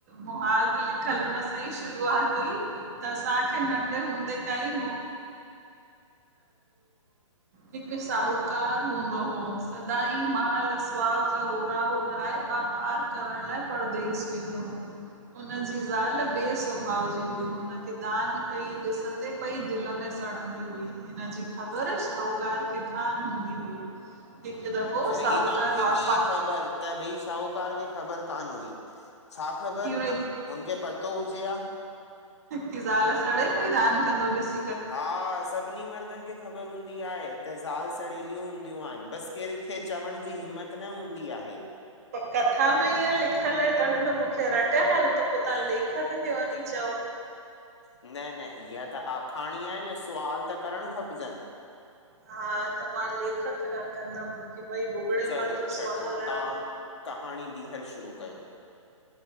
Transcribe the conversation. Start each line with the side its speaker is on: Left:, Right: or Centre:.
Right: मुहाॻ लिखलु हुन सां ई शुरुआत हुई त असांखे नंढे हूंदे खां ई मु हिकु साहूकार हूंदो हो सदाईं माल सुआव जा गोराबि भराए वापार करण लाइ परदेस वेंदो हो हुन जी ज़ाल ॿे स्वभाव जी हुई हुनखे दान कई ॾिसंदे पई दिलि में सड़ंदी हुई, हिन जी ख़बर शाहूकार खे कान हूंदी हुई हिकु दफ़ो
Left: त
Right: साहूकार
Left: ही तव्हांखे
Right: वापा
Left: कीअं ख़बर त भई शाहूकार खे ख़बर कान हुई, छा ख़बर
Right: की हुनजी
Left: हुनखे पतो हुजे आ
Right: की ज़ाल सड़े पई दान कंदो ॾिस
Left: हा सभिनी मर्दनि खे ख़बर हूंदी आहे त ज़ाल सड़ेलियूं हूंदियूं आहिनि बसि केंखे चवण जी हिम्मत न हूंदी आहे
Right: कथा में ईंअं लिखियल आहे तॾहिं त मूंखे रटियल आहे हू त पो तव्हां लेखक खे वञी चओ
Left: न, न इहा त आखाणी आहे न सुवाल त करणु खपजनि
Right: हा, त मां लेखक ख कंदमि की भई भुॻड़े
Left: चलो
Right: मल जो
Left: छॾो
Right: सुवाल आयो
Left: तव्हां
Right: आ
Left: कहाणी बीहर शुरू कयो